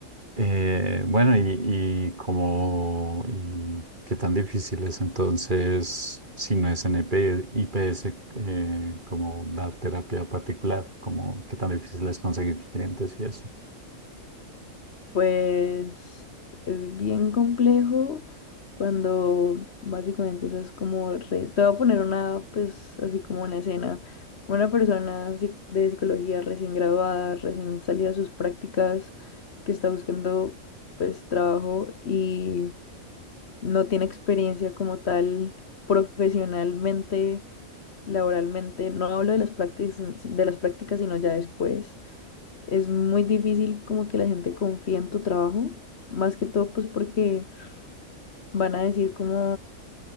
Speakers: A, on the right; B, on the left.
A: Eh, bueno, y, y como, y qué tan difícil es entonces, si no es en IP IPS, eh, como dar terapia particular, como qué tan difícil es conseguir clientes y eso.
B: Pues es bien complejo cuando básicamente esas como... re- Te voy a poner una, pues así como una escena. Una persona psi- de psicología recién graduada, recién salida de sus prácticas, que está buscando pues trabajo y no tiene experiencia como tal profesionalmente laboralmente, no hablo de las prácticas, de las prácticas, sino ya después. Es muy difícil como que la gente confíe en tu trabajo, más que todo pues porque van a decir como,